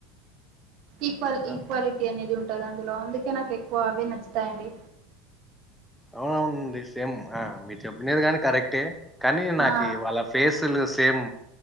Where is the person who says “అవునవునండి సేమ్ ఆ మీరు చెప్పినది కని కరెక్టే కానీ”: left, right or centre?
Centre